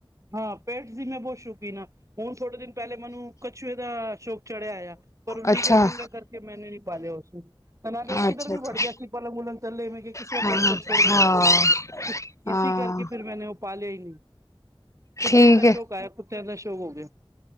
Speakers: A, on the right; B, on the left.
A: ਹਾਂ, ਪੇਟਸ ਦੀ ਮੈਂ ਬਹੁਤ ਸ਼ੌਕੀਨ ਹਾਂ, ਹੁਣ ਥੋੜੇ ਦਿਨ ਪਹਿਲੇ ਮੈਨੂੰ ਕੱਛੂਏ ਦਾ ਸ਼ੌਕ ਚੜਿਆ ਆਇਆ। ਪਰ ਉਹ
B: ਅੱਛਾ
A: ਲੀਗਲ ਨਿੰਗਾਲ ਕਰਕੇ ਮੈਨੇ ਨੀ ਪਾ ਲਿਆ ਉਸਨੂੰ। ਤਾਂ ਨਾਲੇ, ਉਹ ਕਿੱਧਰ
B: ਅੱਛਾ
A: ਵੀ
B: ਅੱਛਾ
A: ਬੜ ਜਾਏ ਸੀ ਪਲੰਗ- ਪਲੰਗ ਥੇਤੇ ਲੇੈਂ ਕਿਸਰ
B: ਹਾਂ
A: ਕੜਸ ਛੋੜ ਮੈਂ
B: ਹਾਂ
A: ਕੇ ਇਸ
B: ਹਾਂ
A: ਇਸੀ ਕਰਕੇ ਫਿਰ ਮੈਂਨੇ ਪਾਲਿਆ ਈ ਨਈ, ਕੁੱਤੇਦਾ
B: ਠੀਕ ਹੈ
A: ਸ਼ੋ ਆਇਆ ਕੁੱਤਿਆ ਦਾ ਸ਼ੌਅ ਹੋ ਗਿਆ।